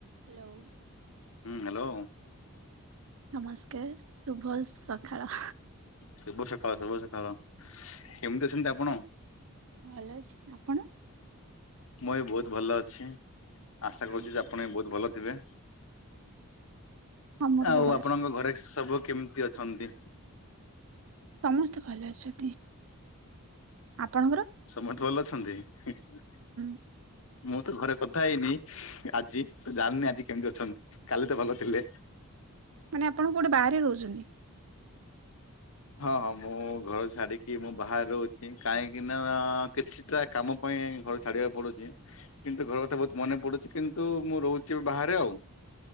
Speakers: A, on the right; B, on the left.
A: Hello
B: hello
A: ନମସ୍କାର, ଶୁଭ ସକାଳ
B: ଶୁଭ ସକାଳ ଶୁଭ ସକାଳ କେମିତି ଅଛନ୍ତି ଆପଣ?
A: ଭଲ ଅଛି । ଆପଣ?
B: ମୁଁ ବି ବହୁତ ଭଲ ଅଛି, ଆଶା
A: ଉଁ
B: କରୁଛି
A: ହୁଁ।
B: ଯେ ଆପଣ ବି ବହୁତ ଭଲ ଥିବେ ।
A: ହଁ ମୁଁ ବହୁତ
B: ଆଉ
A: ଭଲ
B: ଆପଣଙ୍କ
A: ଅଛି
B: ଘରେ ସବୁ କେମିତି ଅଛନ୍ତି?
A: ସମସ୍ତେ ଭଲ ଅଛନ୍ତି, ଆପଣଙ୍କର?
B: ସମସ୍ତେ ଭଲ ଅଛନ୍ତି ।
A: ହ <inaudible>
B: ମୁଁ ତ ଘରେ କଥା ହେଇନି ଆଜି, ତ ଜାଣିନି ଆଜି କେମିତି ଅଛନ୍ତି? କାଲି ତ ଭଲ ଥିଲେ
A: ମାନେ ଆପଣ କୋଉଠି ବାହାରେ ରହୁଛନ୍ତି?
B: ହଁ ହଁ ମୁଁ ଘରୁ ଛାଡିକି ମୁଁ ବାହାରେ ରହୁଛି କାହିଁକି ନା-ଆ-ଆ କିଛିଟା କାମ ପାଇଁ ଏ ଘର ଛାଡିବାକୁ ପଡୁଛି କିନ୍ତୁ ଘର କଥା ବହୁତ ମନେ ପଡୁଛି କିନ୍ତୁ ମୁଁ ରହୁଛି ବାହାରେ ଆଉ।